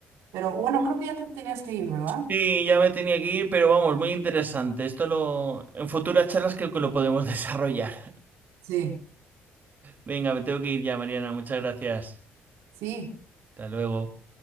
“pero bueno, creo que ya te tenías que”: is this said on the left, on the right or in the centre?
Right